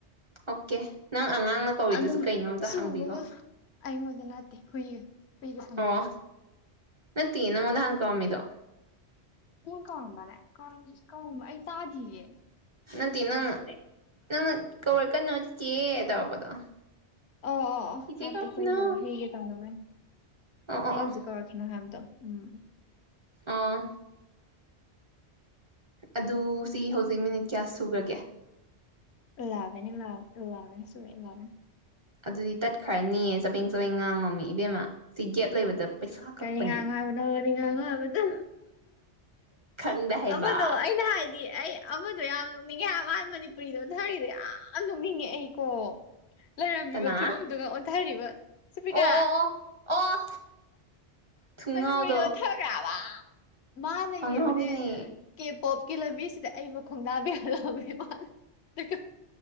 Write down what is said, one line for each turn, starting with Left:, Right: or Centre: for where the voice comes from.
Right: ꯑꯣꯀꯦ ꯅꯪ ꯑꯉꯥꯡꯅ ꯀꯧꯔꯤꯗꯨꯁꯨ
Left: ꯑꯗꯨꯝ
Right: ꯀꯩꯅꯣ ꯑꯝꯇ
Left: ꯁꯨꯕꯒ
Right: ꯍꯥꯡꯕꯤꯒꯣ
Left: ꯑꯩꯉꯣꯟꯗ ꯅꯠꯇꯦ ꯍꯨꯏꯒ ꯍꯨꯏꯒ ꯁꯥꯟꯅꯔꯤꯕ
Right: ꯑꯣ ꯅꯠꯇꯦ ꯅꯪꯉꯣꯟꯗ ꯍꯥꯟꯅ ꯀꯧꯔꯝꯃꯤꯗꯣ
Left: ꯑꯩꯉꯣꯟ ꯀꯧꯔꯝꯕ꯭ꯔꯅꯦ ꯀꯧꯔꯝ ꯀꯧꯔꯝꯕ ꯑꯩ ꯇꯥꯗꯤꯌꯦ
Right: ꯅꯠꯇꯦ ꯅꯪ ꯅꯪꯅ ꯀꯧꯔꯛꯀꯅꯣ ꯆꯤꯆꯦ ꯇꯧꯔꯛꯄꯗꯣ
Left: ꯑꯣ ꯑꯣ ꯑꯣ
Right: ꯆꯤꯆꯦ
Left: ꯅꯠꯇꯦ
Right: ꯀꯧꯔꯛꯈꯤꯅꯣ
Left: ꯍꯨꯏ <unintelligible> ꯇꯧꯅꯕꯩꯅꯤ
Right: ꯑꯣ ꯑꯣ
Left: ꯑꯩ
Right: ꯑꯣ
Left: ꯍꯧꯖꯤꯛ ꯀꯧꯔꯛꯈꯤꯅꯣ ꯍꯥꯏꯕꯗꯣ ꯎꯝ
Right: ꯑꯣ ꯑꯗꯨ ꯁꯤ ꯍꯧꯖꯤꯛ ꯃꯤꯅꯤꯠ ꯀꯌꯥ ꯁꯨꯒ꯭ꯔꯒꯦ
Left: ꯏꯂꯥꯕꯦꯟ ꯏꯂꯥꯕꯦꯟ ꯏꯂꯥꯕꯦꯟ ꯁꯨꯔꯦ ꯏꯂꯥꯕꯦꯟ
Right: ꯑꯗꯨꯗꯤ ꯇꯠꯈ꯭ꯔ ꯅꯤꯌꯦ ꯆꯕꯦꯡ ꯆꯕꯦꯡ ꯉꯥꯡꯉꯣꯃꯤ ꯏꯕꯦꯝꯃ ꯁꯤ ꯒꯦꯞ ꯂꯩꯕꯗ ꯄꯩꯁꯥ ꯀꯛꯄꯅꯤ
Left: ꯀꯔꯤ ꯉꯥꯡꯅꯣ ꯍꯥꯏꯕꯅꯣ ꯔꯤ ꯉꯥꯡꯉꯣ ꯍꯥꯏꯕꯗꯣ
Right: ꯈꯪꯗꯦ ꯍꯥꯏꯕ
Left: ꯑꯃꯗꯣ ꯑꯩꯅ ꯍꯥꯏ ꯗꯤ ꯑꯩ ꯑꯃꯗꯣ ꯌꯥꯝ ꯅꯣꯛꯅꯤꯡꯉꯦ ꯃꯥ ꯃꯅꯤꯄꯨꯔꯤ ꯂꯣꯟꯙꯔꯤꯗꯣ ꯌꯥꯝ ꯅꯣꯛꯅꯤꯡꯉꯦ ꯑꯩꯀꯣ ꯂꯩꯔꯝꯃꯤꯕ
Right: ꯀꯅꯥ
Left: ꯐꯤꯕꯝꯗꯨꯒ ꯏꯀꯥꯢꯔꯤꯕ ꯁꯨꯔꯄꯤꯀꯥ
Right: ꯑꯣ ꯑꯣ ꯑꯣ ꯑꯣ ꯊꯨꯡꯉꯥꯎꯗꯣ
Left: ꯃꯅꯤ <inaudible> ꯃꯅꯥ ꯅꯌꯦꯡꯉꯨꯅꯦ
Right: ꯑꯉꯥꯎꯕꯤꯅꯦ
Left: ꯄꯣꯞꯀꯤ ꯂꯝꯕꯤꯁꯤꯗ ꯑꯩꯕꯨ ꯈꯣꯡꯗꯥꯕꯤꯍꯂꯑꯕꯅꯤ ꯃꯥꯅ ꯑꯗꯨꯒ